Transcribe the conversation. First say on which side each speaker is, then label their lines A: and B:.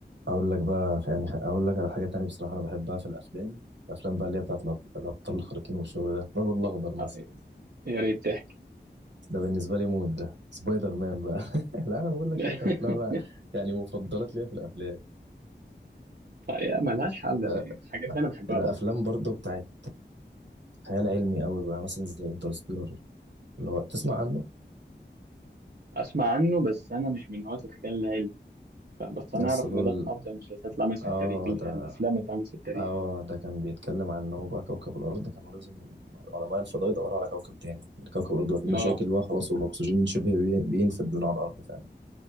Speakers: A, on the right; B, on the right.
A: اقول لك بقى يعني اقول لك على حاجه تانية بصراحه انا بحبها في الافلام الافلام بقى اللي هي بتاعت الأب- الابطال الخارقين والشغل ده الرجل الاخضر مثلا
B: آه، يا ريت تحكي
A: ده بالنسبه لي مود ده سبايدر مان بقى <laughs> لا انا بقول لك
B: <laughs>
A: شويه افلام أنا يعني مفضلات ليا في الافلام
B: هي ملهاش حل
A: أه
B: يعني الحاجات دي أنا بحبها
A: الافلام
B: برضه
A: برضو بتاعت خيال علمي قوي بقى مثلا زي انترستيلر اللي هو تسمع عنه
B: أسمع عنه بس أنا مش من هواة الخيال العلمي بس أنا
A: يس
B: أعرف
A: دول
B: إن ده من أفضل المسلسلات اللي عملت في
A: اه
B: التاريخ الأفلام
A: ده
B: اللي اتعملت في التاريخ
A: اه ده كان بيتكلم عن ان هو بقى كوكب الارض كانوا لازم علماء الفضاء يدوروا على كوكب تاني كوكب الارض بقى فيه مشاكل
B: اه
A: بقى خلاص والاكسجين شبه بي- بينفد من على الارض فاهم